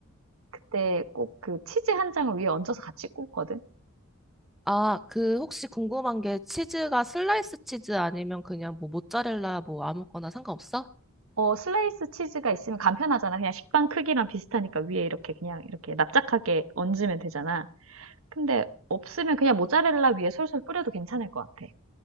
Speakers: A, on the right (about 80°); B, in the centre.
A: 그때 꼭 그 치즈 한 장을 위에 얹어서 같이 굽거든?
B: 아, 그, 혹시 궁금한 게 치즈가 슬라이스 치즈 아니면 그냥 뭐 모짜렐라 뭐 아무거나 상관없어?
A: 어, 슬라이스 치즈가 있으면 간편하잖아. 그냥 식빵 크기랑 비슷하니까 위에 이렇게 그냥 이렇게 납작하게 얹으면 되잖아. 근데 없으면 그냥 모짜렐라 위에 솔솔 뿌려도 괜찮을 것 같아.